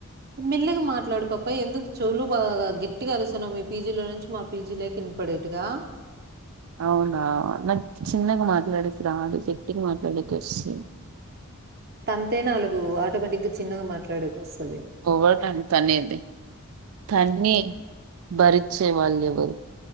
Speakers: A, on the right; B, on the right.
A: మెల్లిగా మాట్లాడు పాప ఎందుకు చోలు బాగా గట్టిగా అరుస్తున్నావ్ మీ పీజీలో నుంచి మా పీజీలో కిన్ పడేట్టుగా
B: ఔనా నాకు చిన్నగా మాట్లాడేకి రాదు గట్టిగా మాట్లాడేకోస్తాది
A: తంతే నాలుగు ఆటోమేటిక్గా చిన్నగా మాట్లాడేకోస్తది
B: ఎవరు తనేది తన్ని భరిచ్చే వాళ్ళేవరు